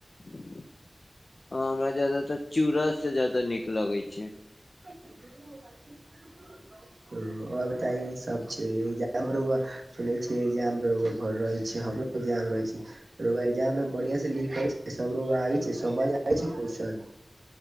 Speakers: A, on the left (about 60°); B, on the right (about 80°).
A: हां हमरा जादातर चूड़ा से जादा नीक लगै छै।
B: <unintelligible> अ और बताई ने सब छै इग्जाम रौउवा सुनै छीये इग्जाम रौउवा भर रहल छी हमु <unintelligible> रहै छै। रौउवा इग्जाम मे बढ़ियाँ से लिखे सब रौउवा आबै छै, समझ आबै छै क्वेश्चन।